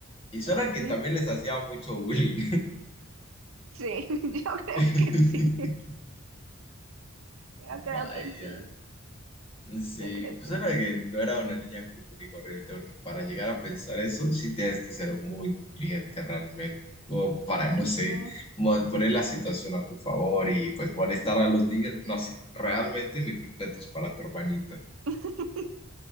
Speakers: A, on the left (about 25°); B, on the right (about 65°).
A: Y eso
B: Así.
A: era que también les hacía mucho bullying.
B: Sí, <laughs> yo creo
A: <laughs>
B: que sí. Yo creo
A: Vaya,
B: que sí,
A: sí,
B: yo creo
A: pues
B: que
A: era que no era una niña común y corriente, porque para llegar a pensar eso sí tienes que ser muy inteligente realmente, o para, no sé,
B: Sí,
A: mo- poner la situación a tu favor y pues molestar a los niños, no sé, realmente mis respetos para tu hermanita.
B: <laughs>